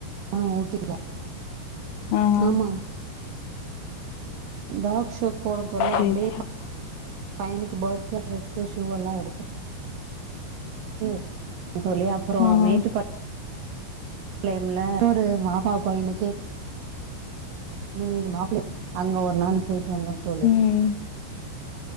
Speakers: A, on the right; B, on the left.
A: ஆ ஓகே <inaudible>
B: ஆஹா
A: ஆமா டாக் ஷோக்கு போன தோழி
B: சேரி
A: அப்டியே
B: சேரி
A: பையனுக்கு பர்த்டே டிரெஸ் ஷூவெல்லா எடுத்து டு <inaudible> தோழி அப்பறோ
B: ஆஹா
A: மேட்டுப்பா ளையம்ல ஒரு மாமா பையனுக்கு பொண்ணு வீடு மாப்புள <inaudible> அங்க ஒரு நாள் போயிட்டு வந்தோ தோழி
B: ம்